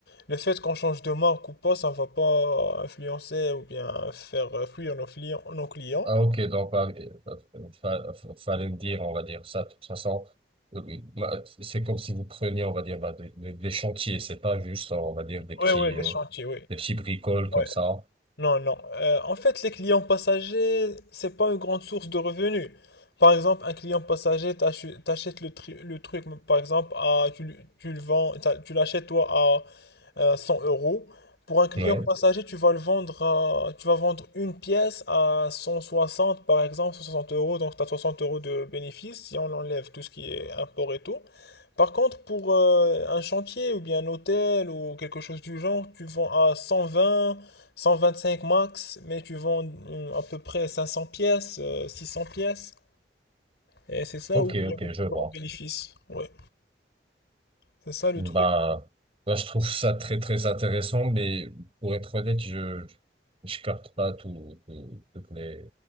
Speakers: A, on the left; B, on the right.
A: le fait qu'on change de marque ou pas, ça ne va pas influencer ou bien faire euh, fuir nos clients, nos clients.
B: Ah ok, donc bah, euh, fa- fa- fallait me dire, on va dire ça. De toute façon, euh, bah, c'est comme si vous preniez, on va dire, bah, des, des- des chantiers. C'est pas juste, on va dire, des petits,
A: Oui, oui, des
B: euh,
A: chantiers, oui.
B: des petits bricoles comme
A: Ouais.
B: ça.
A: Non, non. Euh, en fait, les clients passagers, c'est pas une grande source de revenus. Par exemple, un client passager, t'achu- t'achètes le, tri- le truc, par exemple, à, tu, le- tu le vends, t'as- tu l'achètes toi euh, 100 euros. Pour un client
B: Ouais.
A: Ouais. passager, tu vas le vendre à- tu vas vendre une pièce à 160 par exemple, 160 euros, donc tu as 60 euros de bénéfice si on enlève tout ce qui est import et tout. Par contre, pour euh, un chantier ou bien un hôtel ou quelque chose du genre, tu vends à 120, 125 max, mais tu vends euh, à peu près 500 pièces, euh, 600 pièces, et c'est ça
B: Ok,
A: où il y
B: ok,
A: a le plus
B: je vois.
A: grand bénéfice. Ouais, c'est ça le
B: Bah,
A: truc.
B: bah, je trouve ça très, très intéressant, mais pour être honnête, je, je capte pas tout, tout- toutes les,